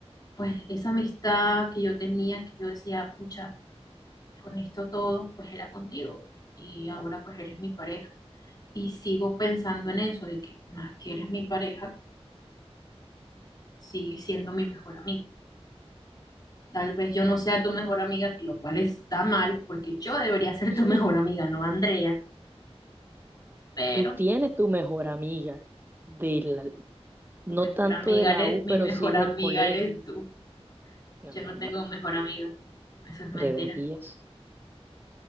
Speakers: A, on the left; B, on the right.
A: pues esa amistad que yo tenía, que yo decía, pucha, con esto todo, pues era contigo y ahora pues eres mi pareja. Y sigo pensando en eso, de que más que eres mi pareja, sigues siendo mi mejor amiga. Tal vez yo no sea tu mejor amiga, que lo cual está mal, porque yo debería ser
B: <laughs>
A: tu <laughs> mejor amiga, no Andrea, pero
B: Tú tienes tu mejor amiga, de la, no
A: tu mejor
B: tanto
A: amiga
B: de la
A: eres,
B: U,
A: mi
B: pero
A: mejor
B: sí del
A: amiga
B: colegio.
A: eres tú.
B: No,
A: Yo
B: mi
A: no
B: amor,
A: tengo mejor amiga, eso es mentira.
B: deberías.